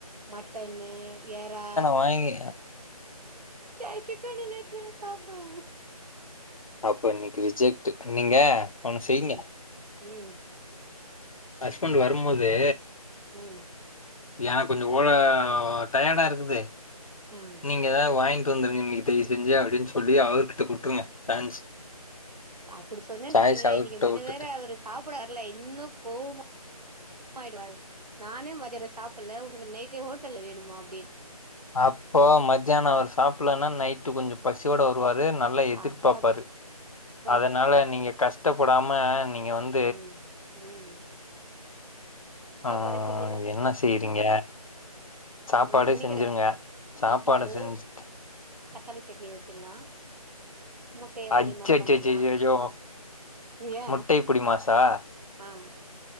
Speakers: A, on the right (about 80°); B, on the left (about 60°).
A: மட்டனு இறா
B: வைங்க
A: சைய் சிக்கன் இந்நேரத்துக்கு மேல சாப்டும்
B: அப்ப இன்னிக்கு ரிஜெக்ட் நீங்க ஒண்ணு செய்யுங்க.
A: ம் ம்
B: ஹஸ்பண்ட் வரும்போது
A: ம்
B: ஏன் கொஞ்சோ ஓல டயர்டா இருக்குது
A: ம்
B: நீங்க வாய்ன்ட்டு வந்துருவீங்கன்னு தெரிஞ்சு செஞ்சி அப்டின் சொல்லி அவர்கிட்ட குடுத்துருங்க சான்ஸ்
A: அப்டி சொன்னேன்னு வெச்சிகங்களேன்
B: சாய்ஸ் அவர்கிட்ட
A: இன்னிக்கு மட்டும்
B: விட்டுட்டு
A: வேற அவரு சாப்பிட வரல இன்னும் கோவ மா ஆய்டுவாரு நானே மதியானம் சாப்பல்ல உனக்கு நைட்டு ஹோட்டல்ல வேணுமா அப்டின்
B: அப்போ மத்தியானம் அவரு சாப்பல்லன்னா நைட்டு கொஞ்சம் பசியோட வருவாரு நல்லா எதிர்பாப்பாரு
A: அதா அதா
B: அதனால நீங்க கஷ்டப்படாம நீங்க வந்
A: ம் ம்
B: ஆ
A: சாப்பாடே செஞ்சிடலா
B: என்ன செய்றீங்க சாப்பாடே
A: நா நெனைக்கிறே
B: செஞ்சிருங்க சாப்பாட
A: சாப்பாடு
B: செஞ்சு
A: தக்காளி சட்னி வச்சிலாம் முட்டைய
B: அச்சச்சச்சோ!
A: பொடி மாஸ் பண்ணிலாம் யா
B: முட்டை பொடிமாஸா?
A: ஆ